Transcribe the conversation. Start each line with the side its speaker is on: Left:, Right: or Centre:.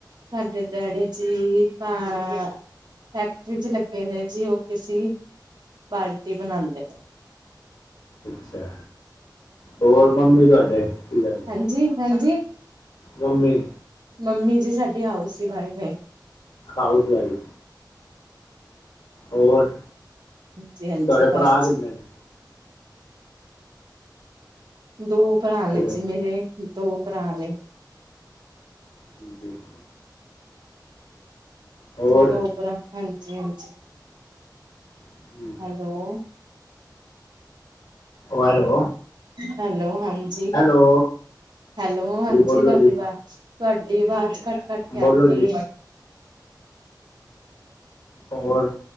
Right: ਸਾਡੇ ਡੈਡੀ ਜੀ ਤਾਂ। ਫੈਕਟਰੀ ਚ ਲੱਗੇ ਨੇ ਜੀ ਓਹ ਕਿਸੀ ਬਾਲਟੀ ਬਣਾਂਦੇ ਨੇ।
Left: ਅੱਛਾ ਹੋਰ ਮੰਮੀ ਤੁਹਾਡੇ। ਕੀ ਗੱਲ ਹੈ
Right: ਹਾਂਜੀ ਹਾਂਜੀ।
Left: ਮੰਮੀ।
Right: ਮੰਮੀ ਜੀ ਸਾਡੀ ਹਾਊਸ ਹੀ ਵਾਈਫ ਨੇ।
Left: House wife. ਹੋਰ
Right: ਹਾਂਜੀ ਹਾਂਜੀ
Left: ਤੁਹਾਡੇ
Right: ਬਸ
Left: ਭਰਾ ਕਿੰਨੇ
Right: ਜੀ
Left: ਨੇ
Right: ਦੋ ਭਰਾ ਨੇ
Left: ਹੈਲੋ
Right: ਜੀ ਮੇਰੇ ਦੋ ਭਰਾ ਨੇ।
Left: ਹਾਂਜੀ। <inaudible> ਹੋਰ
Right: ਦੋ ਭਰਾ ਹਾਂਜੀ ਹਾਂਜੀ।
Left: ਹਮ,
Right: ਹੈਲੋ।
Left: ਹੈਲੋ।
Right: ਹੈਲੋ ਹਾਂਜੀ।
Left: ਹੈਲੋ।
Right: ਹੈਲੋ ਹਾਂਜੀ
Left: ਬੋਲੋ
Right: ਤੁਹਾਡੀ
Left: ਜੀ
Right: ਵਾਜ ਤੁਹਾਡੀ ਆਵਾਜ਼ ਘੱਟ ਘੱਟ ਕੇ
Left: ਬੋਲੋ
Right: ਆਂਦੀ
Left: ਜੀ
Right: ਏ।
Left: ਔਰ